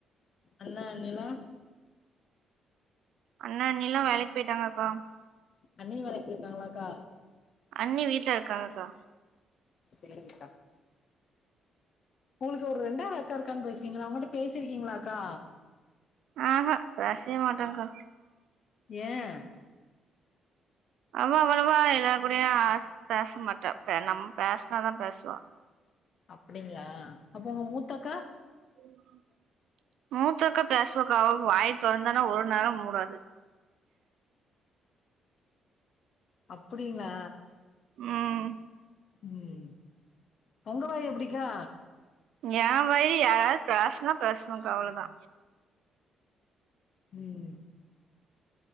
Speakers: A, on the left; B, on the right.
A: அண்ணா அண்ணிலா
B: அண்ண அண்ணிலா வேலைக் போயிட்டாங்கக்கா
A: அண்ணி வேலைக்கு போயிருக்காங்களாக்கா
B: அண்ணி வீட்ல இருக்காகக்கா
A: சேரிக்கா உங்களுக்கு ஒரு ரெண்டாவது அக்கா இருக்கா பேசுனீங்கல அவங்கட்ட பேசிருக்கீங்ளாக்கா
B: ஆ ஹ பேசே மாட்டங்கா
A: ஏன்
B: அவ அவ்வளவா எல்லார் கூடயு பேச மாட்டா பே நம் பேஸ்னாதா பேஸ்வா
A: அப்டிங்ளா அப்போ உங்க மூத்தக்கா
B: உம் <inaudible> மூத்தக்கா பேஸ்வக்கா அவ வாய் தொறந்தானா ஒரு நேரம் மூடாது <inaudible>
A: அப்டிங்களா
B: ம்
A: ம் ஒங்க வாயி எப்பிடிக்கா
B: ஏ வாய் யாராது பேசுனா பேசுவங்கா அவ்ளதா
A: ம்